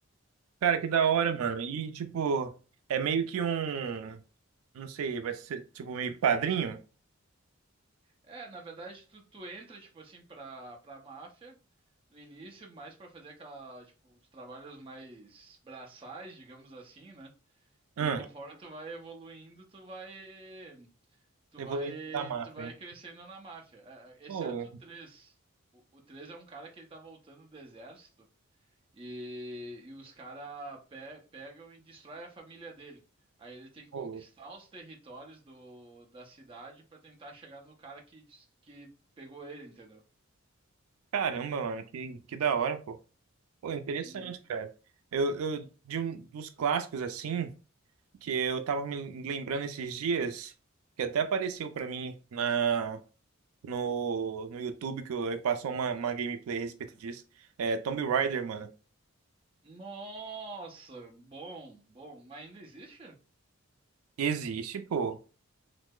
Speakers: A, on the right (about 80°); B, on the right (about 25°).
A: cara, que da hora, mano. E, tipo, é meio que um. Não sei, vai ser tipo meio padrinho?
B: É, na verdade, tu, tu entra, tipo assim, pra, pra máfia no início, mais pra fazer aquela, tipo, os trabalhos mais braçais, digamos assim, né? E
A: Hum,
B: conforme tu vai evoluindo, tu vai, tu
A: eu
B: vai,
A: vou ler da máfia,
B: tu vai
A: hein?
B: crescendo na máfia, É, é,
A: Ô,
B: exceto o 3. O, o 3 é um cara que ele tá voltando do exército E, e os caras pe pegam e destroem a família dele. Aí ele tem que
A: ô,
B: conquistar os territórios do, da cidade pra tentar chegar no cara que, des- que pegou ele, entendeu?
A: caramba, mano, que, que da hora, pô. Pô, interessante,
B: Hum.
A: cara. Eu, eu de um dos clássicos assim que eu tava me lembrando esses dias, que até apareceu pra mim na no, no YouTube que eu, aí passou uma, uma gameplay a respeito disso. É Tomb Raider, mano.
B: Nossa, bom, bom, mas ainda existe?
A: Existe, pô.